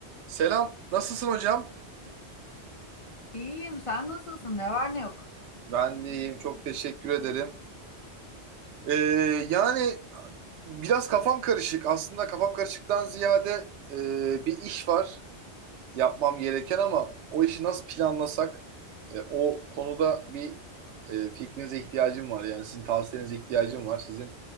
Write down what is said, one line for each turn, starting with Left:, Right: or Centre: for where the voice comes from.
Right: Selam, nasılsın hocam?
Left: İyiyim, sen nasılsın? Ne var ne yok?
Right: Ben de iyiyim, çok teşekkür ederim. Ee, yani biraz kafam karışık. Aslında kafam karışıktan ziyade e, bir iş var yapmam gereken ama o işi nasıl planlasak, e, o konuda bir e, fikrinize ihtiyacım var. Yani sizin tavsiyenize ihtiyacım var. Sizin